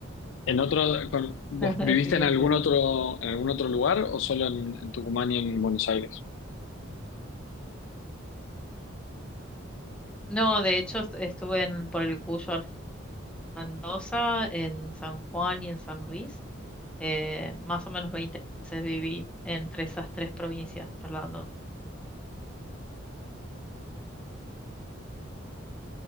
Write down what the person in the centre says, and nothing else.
<laughs>
sí,
es
cierto.
No, de hecho est- estuve en, por el Cuyo Mendoza, en San Juan y en San Luis. Eh, más o menos veinte. veces viví entre esas tres provincias, trasladando.